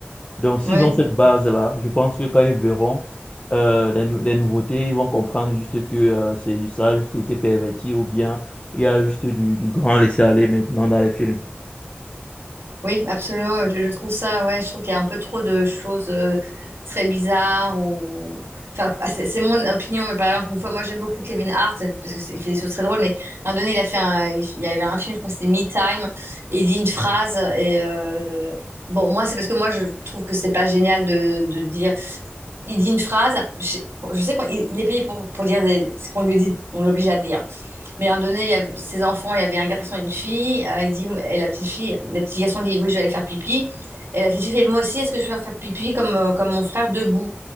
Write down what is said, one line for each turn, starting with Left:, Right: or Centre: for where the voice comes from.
Left: Donc, s'ils
Right: Ouais,
Left: ont cette
Right: ouais.
Left: base-là, je pense que quand ils verront euh, les, nou- les nouveautés, ils vont comprendre juste que euh, c'est, ça a juste été perverti ou bien il y a juste du, du grand laisser-aller maintenant dans les films.
Right: Oui, absolument. Je, je trouve ça, ouais, je trouve qu'il y a un peu trop de choses euh, très bizarres ou, enfin, ah, c'est c'est mon opinion, mais par exemple, une fois, moi j'aime beaucoup Kevin Hart parce que c'est- il fait des choses très drôles, mais à un moment donné, il a fait un, il y avait un film, je crois que c'était Me Time, et il dit une phrase et euh, bon, moi c'est parce que moi je trouve que c'est pas génial de, de dire, il dit une phrase, je, bon, je sais qu'il est payé pour pour dire des- ce qu'on lui dit, on l'oblige à dire. Mais à un moment donné, il y avait ses enfants, il y avait un garçon et une fille. euh, il dit, et la petite fille, le petit garçon dit, oui, je vais aller faire pipi. Et la petite fille fait, moi aussi, est-ce que je vais faire pipi comme, euh, comme mon frère debout?